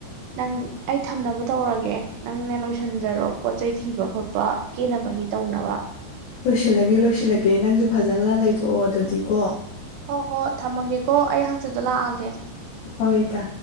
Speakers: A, on the right; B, on the left.
A: ꯅꯪ ꯑꯩ ꯊꯝꯅꯕ ꯇꯧꯔꯒꯦ ꯅꯪꯅꯦ ꯂꯣꯏꯁꯤꯟꯖꯔꯣ ꯄꯣꯠ ꯆꯩ ꯊꯤꯕ ꯈꯣꯠꯄ ꯀꯦꯅꯕꯒꯤ ꯇꯧꯅꯕ
B: ꯂꯣꯏꯁꯤꯜꯂꯒꯦ ꯂꯣꯏꯁꯤꯜꯂꯒꯦ ꯅꯪꯁꯨ ꯐꯖꯅ ꯂꯩꯊꯣꯛꯑꯣ ꯑꯗꯨꯗꯤꯀꯣ
A: ꯍꯣꯏ ꯍꯣꯏ ꯊꯝꯃꯒꯦꯀꯣ ꯑꯩ ꯍꯪꯆꯤꯗꯣ ꯂꯥꯛꯑꯒꯦ
B: ꯍꯣꯏ ꯢꯇꯥ